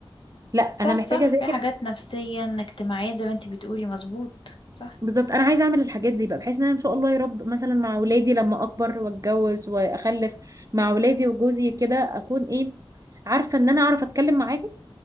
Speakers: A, on the right (about 35°); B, on the left (about 60°).
A: لا انا
B: صح
A: محتاجة
B: صح
A: اذاكر
B: في حاجات نفسيا اجتماعيا زي ما انتي بتقولي مظبوط صح
A: بالظبط انا عايزة اعمل الحاجات دي بقى بحيث ان انا ان شاء الله يا رب مثلا مع اولادي لما اكبر واتجوز واخلف مع اولادي وجوزي كده اكون ايه عارفة ان انا اعرف اتكلم معاهم